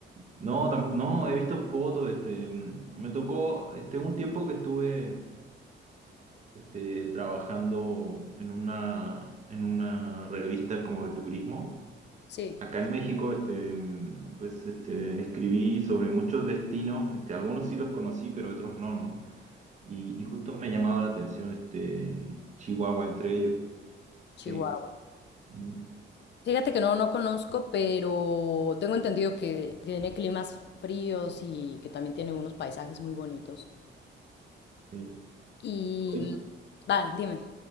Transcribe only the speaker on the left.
Sí,
Chihuahua.
Fíjate que no, no conozco, pero tengo entendido que tiene climas fríos y que también tiene unos paisajes muy bonitos.
Y
va, dime.